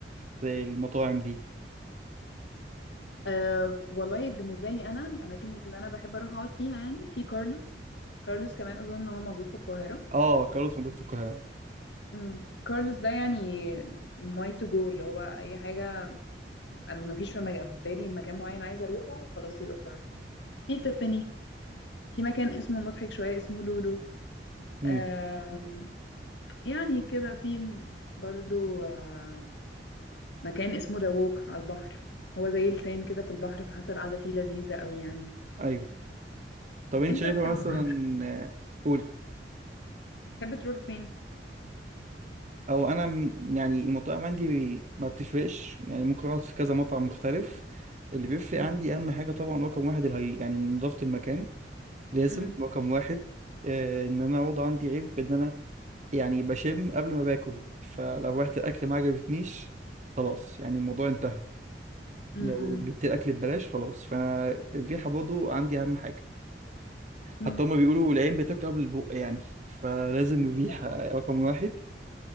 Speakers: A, on the right (about 40°); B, on the left (about 80°).
A: في المطاعم دي
B: أه والله بالنسبة لي أنا الأماكن اللي أنا بحب أروح أقعد فيها يعني في كارلوس كارلوس كمان أظن إن هو موجود في القاهرة
A: اه كارلوس موجود في القاهرة
B: امم كارلوس ده يعني ماي تو جو اللي هو أي حاجة أنا مفيش في مج- بالي مكان معين عايزة أروحه خلاص يبقى كارلوس في تيفاني في مكان اسمه مضحك شوية اسمه لولو
A: امم
B: آم، يعني كده في برضو آم، مكان اسمه دووك على البحر هو زي لسان كده في البحر فحتى القعدة فيه لذيذة قوي يعني
A: ايوه طب انت
B: انت
A: شايفة
B: تحب
A: مثلا
B: مم.
A: آه، قولي
B: بتحب تروح فين؟
A: او انا م- يعني المطاعم عندي بي- ما بتفرقش يعني ممكن اقعد في كذا مطعم مختلف اللي بيفرق
B: مم،
A: عندي اهم حاجة طبعا رقم واحد الهي يعني نظافة المكان لازم
B: مم،
A: رقم واحد آه ان انا اقعد عندي عيب ان انا يعني بشم قبل ما باكل فلو رحت الاكل ما عجبتنيش خلاص يعني الموضوع انتهى
B: مم،
A: لو جبت الاكل ببلاش خلاص فانا الريحة برضه عندي اهم حاجة
B: مم،
A: حتى هما بيقولوا العين بتاكل قبل البق يعني فلازم
B: بالظبط
A: الريحة رقم واحد